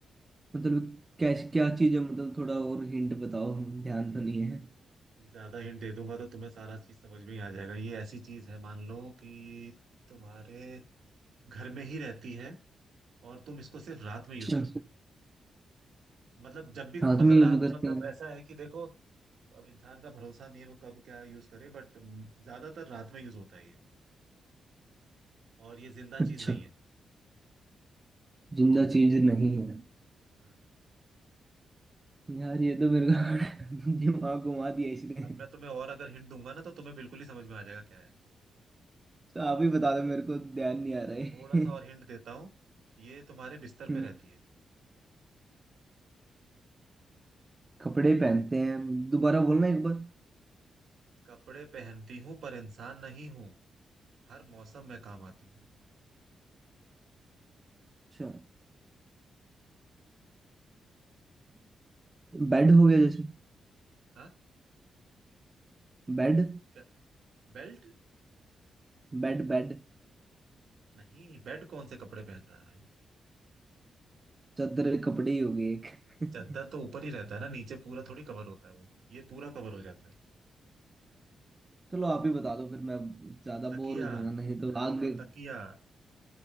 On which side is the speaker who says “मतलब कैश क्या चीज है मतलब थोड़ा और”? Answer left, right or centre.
Right